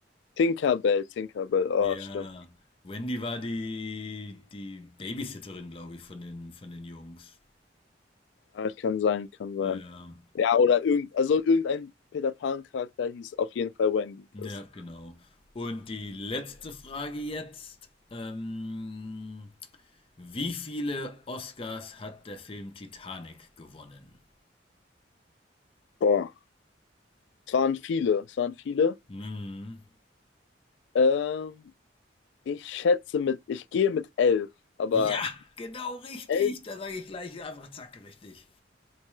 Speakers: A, on the left; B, on the left.
A: Tinkerbell, Tinkerbell. Oh,
B: Ja,
A: stimmt.
B: Wendy war die, die Babysitterin, glaube ich, von den, von den Jungs.
A: Ja, kann sein, kann sein.
B: Ja,
A: Ja, oder irgend, also irgendein Peter Pan-Charakter hieß auf jeden Fall Wendy.
B: ja,
A: Das,
B: genau. Und die letzte Frage jetzt. Ähm, wie viele Oscars hat der Film Titanic gewonnen?
A: boah. Es waren viele, es waren viele.
B: Hm.
A: Ähm, ich schätze mit, ich gehe mit elf, aber
B: Ja, genau richtig.
A: elf
B: Da sage ich gleich einfach zack, richtig.